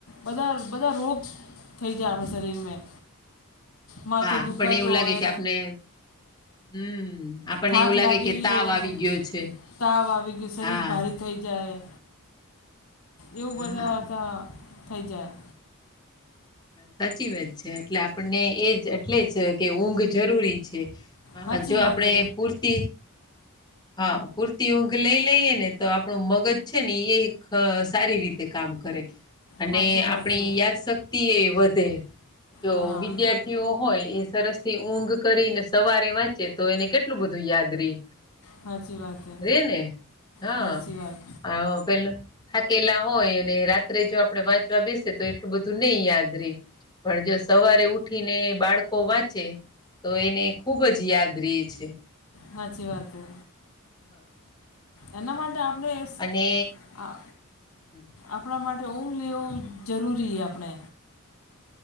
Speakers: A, on the left; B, on the left.
A: બધા બધા રોગ થઈ જાય આપણા શરીરમેં માથો
B: હા,
A: દુખા
B: આપણને એવું
A: તો
B: લાગે
A: હોય
B: કે આપને હમ્મ આપણને
A: થાક
B: એવું લાગે
A: લાગેલી
B: કે તાવ
A: હોય
B: આવી
A: ને
B: ગયો છે.
A: તાવ આવી ગય શરીર
B: હા,
A: ભારી થઈ જાય એવું
B: હા.
A: બધા હતા થઈ જાય
B: સાચી વાત છે એટલે આપણને એજ એટલે જ કે ઊંઘ જરૂરી છે
A: સાચી
B: હ જો
A: વાત
B: આપણે
A: છે
B: પૂરતી હા પૂરતી ઊંઘ લઈ લઈએ ને તો આપણું મગજ છે ને એ સારી રીતે તે કામ કરે અને
A: સાચી વાત
B: આપણી
A: છે
B: યાદ શક્તિ એ વધે જો
A: હા
B: વિદ્યાર્થી હોય એ સરસ થી ઊંઘ કરીને સવારે વાંચે તો એને કેટલું બધું યાદ રહી
A: સાાચી વાત છે
B: રે ને હા
A: સાચી વાત
B: પેલું થાકેલા હોય અને રાત્રે જો આપણેે વાંચવા બેસે તો એટલું બધું નહી યાદ રહી પણ જો સવારે ઉઠીને બાળકો વાંચે તો એને ખૂબ જ યાદ રયેછે
A: સાચી વાત હે
B: હા
A: એના
B: હા.
A: માટે આપણેે
B: અને
A: આ
B: હમ.
A: આપણા માટે ઊંઘ લેવું જરૂરીએ આપણે